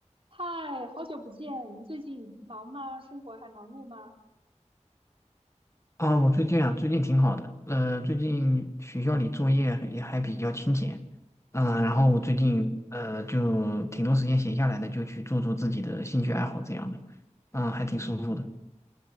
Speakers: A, on the right (about 45°); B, on the left (about 20°).
A: 嗨，好久不见，你最近忙吗？生活还忙碌吗？
B: 啊，我最近啊，最近挺好的。呃，最近学校里作业也还比较清闲，嗯、
A: 嗯
B: 然后我最近呃就挺多时间闲下来的，就去做做自己的兴趣爱好这样的，嗯、还挺舒服的。
A: 嗯